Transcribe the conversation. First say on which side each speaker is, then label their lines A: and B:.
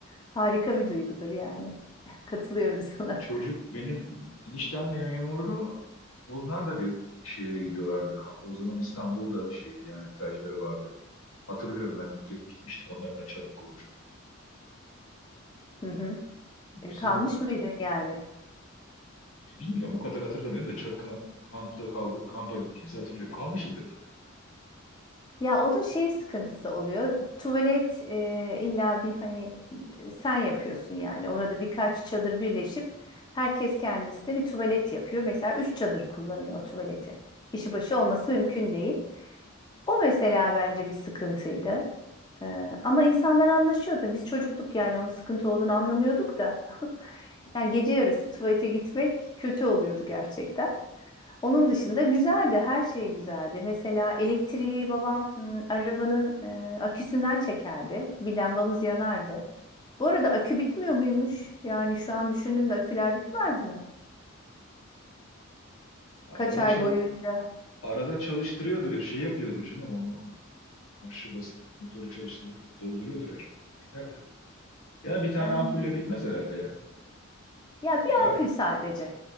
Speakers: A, on the left; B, on the left.
A: harika bir duygudur yani. <laughs> Katılıyorum sana.
B: Çocuk benim eniştem de memurdu. Onlar da bir şeye gidiyorlardı kampa. O zaman İstanbul'da şeydi yani plajları vardı. Hatırlıyorum ben de bir kere gitmiştik. Onların da çadır kurmuşlar.
A: Hı hı. E,
B: Güzel
A: Kalmış
B: oluyor.
A: mıydın yani?
B: E, Bilmiyorum o kadar hatırlamıyorum da ça- ka- kampta kaldı kampa gittiğimizi hatırlıyorum. Kalmışızdır tabii.
A: Ya onun şey sıkıntısı oluyor. Tuvalet e, illa bir hani sen yapıyorsun yani. Orada birkaç çadır birleşip herkes kendisine bir tuvalet yapıyor. Mesela üç çadır kullanıyor o tuvaleti. Kişi başı olması mümkün değil. O mesela bence bir sıkıntıydı. E, ama insanlar anlaşıyordu. Biz çocuktuk yani onun sıkıntı olduğunu anlamıyorduk da. <laughs> Yani gece yarısı tuvalete gitmek kötü oluyordu gerçekten. Onun dışında güzeldi, her şey güzeldi. Mesela elektriği babam m, arabanın e, aküsünden çekerdi. Bir lambamız yanardı. Bu arada akü bitmiyor muymuş? Yani şu an düşündüm de aküler bitmez mi?
B: Arada
A: Kaç ay
B: çal
A: boyunca?
B: arada çalıştırıyordur ya, şey yapıyordur canım onu marşı basıp motoru çalıştırıp dolduruyordur aküyü. Biter tabii. Ya bir tane
A: Ha.
B: ampulle bitmez herhalde ya.
A: Ya bir
B: Ara
A: ampul sadece.